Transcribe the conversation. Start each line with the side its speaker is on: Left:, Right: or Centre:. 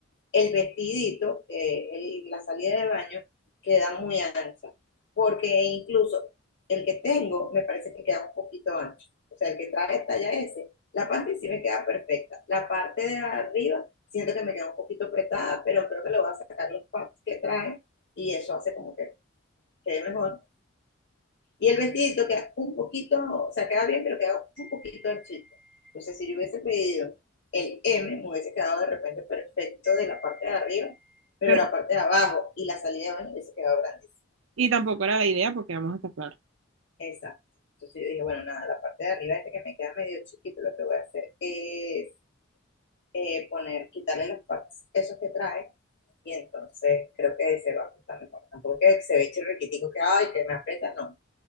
Left: el vestidito, que el- la salida de baño, queda muy ancha, porque incluso el que tengo me parece que queda un poquito ancho. O sea, el que trae talla S, la parte sí me queda perfecta. La parte de arriba siento que me queda un poquito apretada, pero creo que le voy a sacar los pads que trae y eso hace como que quede mejor. Y el vestidito queda un poquito, o sea, queda bien, pero queda un poquito anchito. Entonces, si yo hubiese pedido el M, me hubiese quedado de repente perfecto de la parte de arriba, pero
Right: pero,
Left: la parte de abajo y la salida de baño hubiese quedado grandísima.
Right: y tampoco era la idea porque vamos a estar claros.
Left: Exacto. Entonces yo dije, bueno, nada, la parte de arriba, este que me queda medio chiquito, lo que voy a hacer es eh, poner, quitarle los partes, esos que trae, y entonces creo que se va a ajustar mejor. Tampoco es que se ve chirriquitico que, ay, que me aprieta, no.